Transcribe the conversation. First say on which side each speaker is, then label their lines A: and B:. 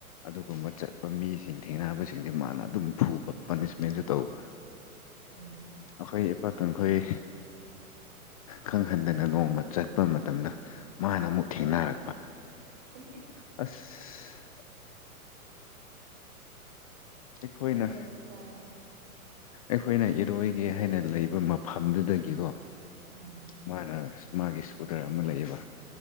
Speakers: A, on the left; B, on the right.
A: ꯑꯗꯨꯒꯨꯝꯕ ꯆꯠꯄ ꯃꯤꯁꯤꯡ ꯊꯦꯡꯅꯕꯁꯤꯡꯁꯦ ꯃꯥꯅ ꯑꯗꯨꯝ ꯐꯨꯕ ꯄꯥꯅꯤꯁꯃꯦꯟꯁꯨ ꯇꯧꯕ
B: ꯎꯝ
A: ꯑꯩꯈꯣꯏ ꯏꯄꯥꯇꯈꯣꯏ ꯈꯪꯍꯟꯗꯅ ꯅꯣꯡꯃ ꯆꯠꯄ ꯃꯇꯝꯗ ꯃꯥꯅ ꯑꯃꯨꯛ ꯊꯦꯡꯅꯔꯛꯄ
B: <unintelligible>
A: ꯑꯁ ꯑꯩꯈꯣꯏꯅ
B: ꯑꯗꯨꯝ ꯆꯍꯤ ꯆꯥꯔꯦ
A: ꯑꯩꯈꯣꯏꯅ ꯏꯔꯣꯏꯒꯦ ꯍꯥꯏꯅ ꯂꯩꯕ ꯃꯐꯝꯗꯨꯗꯒꯤꯀꯣ
B: ꯎꯝ
A: ꯃꯥꯅ ꯃꯥꯒꯤ ꯏꯁ꯭ꯀꯨꯇꯔ ꯑꯃ ꯂꯩꯌꯦꯕ